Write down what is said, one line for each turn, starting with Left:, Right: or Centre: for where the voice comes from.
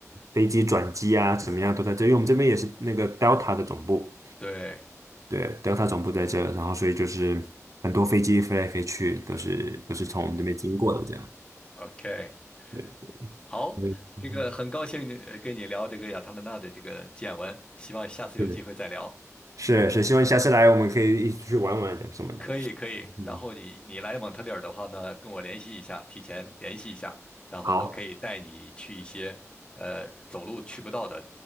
Right: 飞机转机啊，怎么样都在这，因为我们这边也是那个 Delta 的总部。
Left: 对
Right: 对，Delta 总部在这，然后所以就是很多飞机飞来飞去，都是都是从我们这边经过的这样。
Left: ，OK，
Right: 对，
Left: 好，
Right: 对，嗯
Left: 这个很高兴你呃跟你聊这个亚特兰大的这个见闻，希望下次有机会再聊。
Right: 是是是希望你下次来我们可以一起出去玩玩什么的。
Left: 可以可以，
Right: 嗯，
Left: 然后你你来蒙特利尔的话呢，跟我联系一下，提前联系一下，然后我可以带你去一些呃走路去不到的，
Right: 好